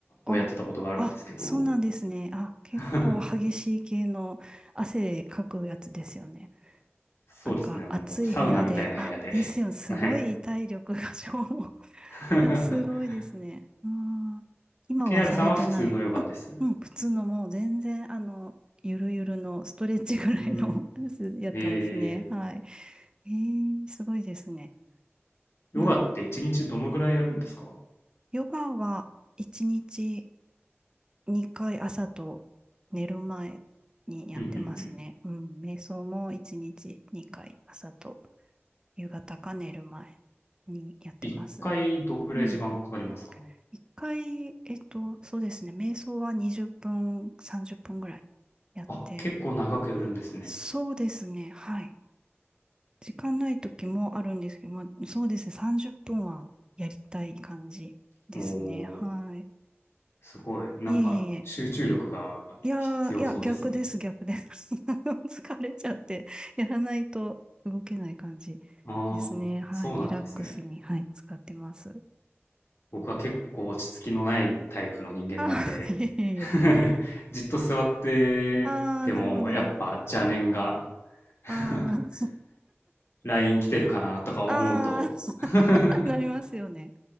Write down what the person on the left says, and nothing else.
をやってたことがあるんですけど、
<laughs> そうですね、
もうサウナみたいな部屋で。
はい。<laughs>
KR さんは普通のヨガです。
うん。
え
ー、ヨガって一日どのぐらいやるんですか
うんうん <laughs>
一回どんぐらい時間かかりますか
あ、結構長くやるんですね。
お
ー、すごい。なんか集中力が必要そうですね。
ああ、
そうなんですね。
僕は結構落ち着きのないタイプの人間なんで
<laughs> じっと座っててもやっぱ邪念が
<laughs>
LINE 来てるかなとか思うと
<laughs>